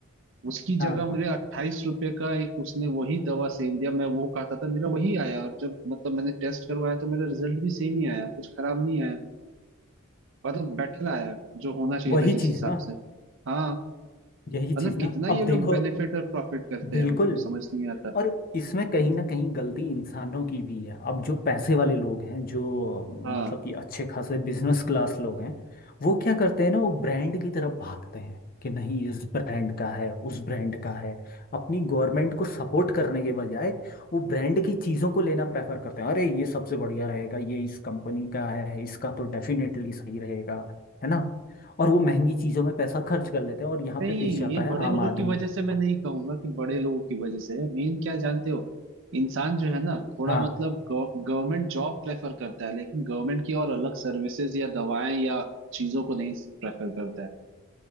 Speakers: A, on the right; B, on the left.
A: उसकी जगह
B: हाँ
A: मुझे अट्ठाईस रुपए का एक उसने वही दवा सेम दिया मैं वो खाता था मेरा वही आया और जब मतलब मैंने टेस्ट करवाया तो मेरा रिजल्ट भी सेम ही आया कुछ खराब नहीं आया मतलब बेटर आया जो होना चाहिए
B: वही
A: था जिस
B: चीज
A: हिसाब
B: ना
A: से हाँ
B: यही
A: मतलब
B: चीज ना
A: कितना ये
B: अब
A: लोग
B: देखो
A: बेनिफिट और प्रॉफिट करते
B: बिल्कुल
A: हैं मतलब समझ नहीं आता
B: और इसमें कहीं ना कहीं गलती इंसानों की भी है अब जो पैसे वाले लोग हैं जो
A: हाँ
B: मतलब कि अच्छे खासे बिजनेस क्लास लोग हैं वो क्या करते हैं ना वो ब्रांड की तरफ भागते हैं कि नहीं इस ब्रांड का है उस ब्रांड का है अपनी गवर्नमेंट को सपोर्ट करने के बजाय वो ब्रांड की चीज़ों को लेना प्रेफर करते हैं अरे ये सबसे बढ़िया रहेगा ये इस कंपनी का है इसका तो डेफिनेटली सही रहेगा है ना और वो महंगी चीज़ों में पैसा खर्च कर लेते हैं और यहाँ
A: नहीं
B: पे पिस जाता
A: ये
B: है
A: बड़े
B: आम
A: लोगों
B: आदमी
A: की वजह से मैं नहीं कहूंगा कि बड़े लोगों की वजह से है मेन क्या जानते हो इंसान जो है ना थोड़ा
B: हाँ
A: मतलब गवर्नमेंट जॉब प्रेफर करता है लेकिन गवर्नमेंट की और अलग सर्विसेज या दवाएं या चीजों को नहीं प्रेफर करता है